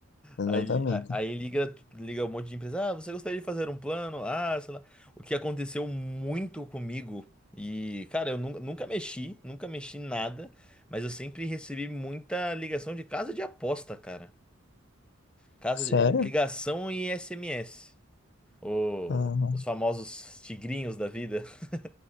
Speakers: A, on the left (about 55°); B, in the centre.
A: exatamente.
B: Aí, a- aí liga, liga um monte de empresa. Ah, você gostaria de fazer um plano? Ah, sei lá. O que aconteceu muito comigo. E, cara, eu nunca, nunca mexi, nunca mexi nada, mas eu sempre recebi muita ligação de casa de aposta, cara. Casa
A: Sério?
B: de, ligação e SMS. O-
A: Ah,
B: os famosos tigrinhos da vida. <laughs>